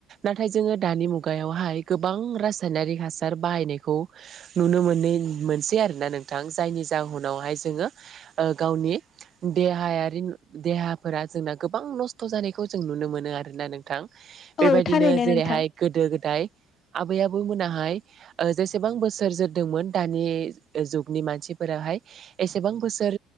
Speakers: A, on the right; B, on the left.
A: नाथाय जोङो दानि मुगायावहाय गोबां रासायनारि हासार बाहायनायखौ नुनो मोनै मोनसै आरोना नोंथां जायनि जाहोनावहाय जोङो गावनि देहायारि देहाफोरा जोंना गोबां नस्थ' जानायखौ जों नुनो मोनो आरोना नोंथां। बेबायदिनो
B: औ थारैनो
A: जेरैहाय
B: नोंथां
A: गोदो गोदाय आबै आबौ मोनाहाय ओ जेसे बां बोसोर जोरदोंमोन दानि जुगनि मानसिफोराहाय एसेबां बोसोर